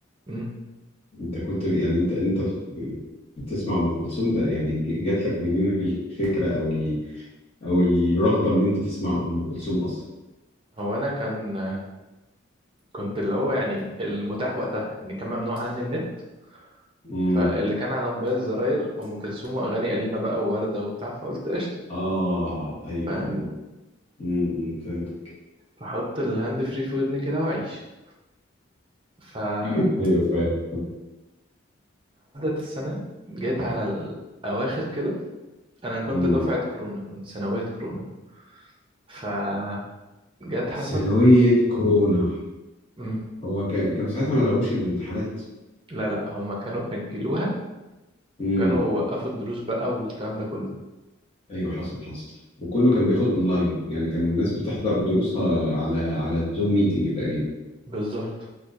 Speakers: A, on the right; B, on the left.
A: أمم.
B: انت كنت يعني انت انت في بتسمع ام كلثوم ده يعني ج- جات لك منين الفكره او ال... او الرغبه ان انت تسمع ام كلثوم اصلا
A: هو انا كان كنت اللي هو يعني المتاح وقتها يعني كان ممنوع عني النت
B: امم
A: فاللي كان على موبايل الزراير ام كلثوم واغاني قديمه بقى وورده وبتاع فقلت قشطه
B: اه ايوه
A: فاهم
B: ايوه امم أمم، فهمتك
A: فحط الهاند فري في ودني كده واعيش فعدت
B: <laughs> ايوه فاهم
A: السنه جيت على الاواخر كده انا كنت
B: تمام
A: دفعه كورونا كنت ثانويه كورونا فجت حصل
B: ثانوية كورونا
A: مم.
B: هو ك... كانوا ساعتها ما لغوش الامتحانات
A: لا لا هم كانوا اجلوها
B: امم
A: وكانوا وقفوا الدروس بقى والكلام ده كله
B: ايوه حصل حصل وكله كان بياخد اونلاين يعني كان الناس بتحضر دروسها على على زوم ميتنج تقريبا
A: بالظبط